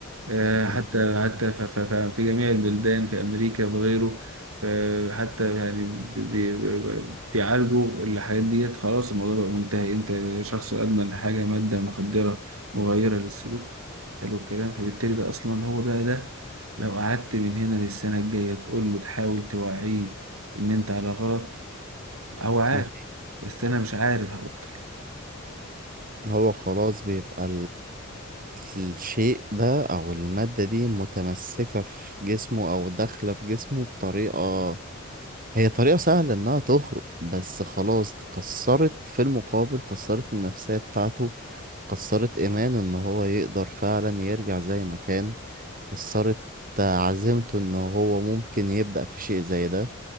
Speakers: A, on the right (about 80°); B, on the right (about 40°).
A: آه،
B: مم.
A: حتى حتى ف- ف- ف- في جميع البلدان في أمريكا وغيره فحتى يعني بي- بي- بي- بيعالجوا الحاجات ديت خلاص الموضوع بقى منتهي أنت شخص أدمن حاجة مادة مخدرة مغيرة للسلوك حلو الكلام فبالتالي ده أصلا هو بقى ده لو قعدت من هنا للسنة الجاية تقول له تحاول توعيه إن أنت على غلط هو عارف
B: ما في-
A: بس أنا مش عارف هبطل
B: هو خلاص بيبقى الشيء ده أو المادة دي متمسكة في جسمه أو داخلة في جسمه بطريقة هي طريقة سهلة إنها تخرج بس خلاص كسرت في المقابل كسرت النفسية بتاعته كسرت إيمانه إن هو يقدر فعلا يرجع زي ما كان كسرت عزيمته إن هو ممكن يبدأ في شيء زي ده